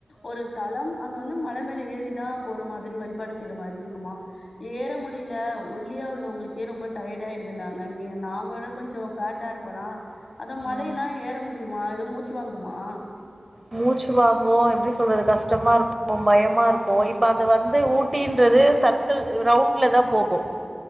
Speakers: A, on the left (about 85°); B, on the right (about 25°).
A: ஒரு தளம் அங்க வந்து மல மேல ஏறிதான் போற மாதிரி வழிபாடு செய்ற மாதிரி இருக்குமா ஏற முடியல ஒல்லியா உள்ளவங்களுக்கே ரொம்ப டயர்ட் ஆயிடுது நாங்க நீ நா ஒரு கொஞ்சம் ஃபேட்டா இருப்பனா அதா மலயெல்லாம்
B: ம்
A: ஏற முடியுமா எதுவும் மூச்சு வாங்குமா
B: மூச்சு வாங்கும் எப்டி சொல்றது கஷ்டமா இருக்கும் பயமா இருக்கும் இப்ப அது வந்து ஊட்டின்றது சர்க்கிள் ரவுண்ல தான் போகும்